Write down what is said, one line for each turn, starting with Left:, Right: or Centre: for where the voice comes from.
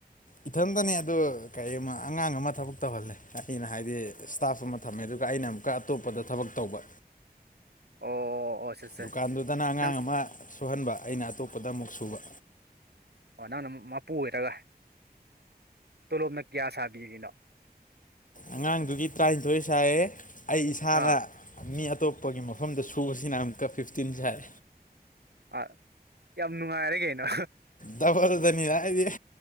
Left: ꯏꯊꯟꯗꯅꯦ ꯑꯗꯨ ꯀꯩꯝꯃ ꯑꯉꯥꯡ ꯑꯃ ꯊꯕꯛ ꯇꯧꯍꯜꯂꯦ ꯑꯩꯅ ꯍꯥꯏꯗꯤ ꯏꯁꯇꯥꯐ ꯑꯃ ꯊꯝꯃꯦ ꯑꯗꯨꯒ ꯑꯩꯅ ꯑꯝ ꯀꯥ ꯑꯇꯣꯞꯄꯗ ꯊꯕꯛ ꯇꯧꯕ
Right: ꯑꯣ ꯑꯣ ꯁꯠ ꯁꯠ
Left: ꯗꯨꯀꯥꯟꯗꯨꯗꯅ ꯑꯉꯥꯡ
Right: ꯅꯪ
Left: ꯑꯃ ꯁꯨꯍꯟꯕ ꯑꯩꯅ ꯑꯇꯣꯞꯄꯗ ꯑꯃꯨꯛ ꯁꯨꯕ
Right: ꯑꯣ ꯅꯪꯅ ꯃꯄꯨ ꯑꯣꯏꯔꯒ ꯇꯣꯂꯣꯞꯅ ꯀꯌꯥ ꯁꯥꯕꯤꯔꯤꯅꯣ
Left: ꯑꯉꯥꯡꯗꯨꯒꯤ ꯇꯔꯥꯅꯤꯊꯣꯏ ꯁꯥꯏꯌꯦ ꯑꯩ ꯏꯁꯥꯅ
Right: ꯑꯥ
Left: ꯃꯤ ꯑꯇꯣꯞꯄꯒꯤ ꯃꯐꯝꯗ ꯁꯨꯕꯁꯤꯅ ꯑꯃꯨꯛꯀ ꯐꯤꯐꯇꯤꯟ ꯁꯥꯏ
Right: ꯑ ꯌꯥꯝ ꯅꯨꯡꯉꯥꯏꯔꯦ ꯀꯩꯅꯣ
Left: ꯗꯕꯜꯗꯅꯤꯗ ꯑꯩꯗꯤ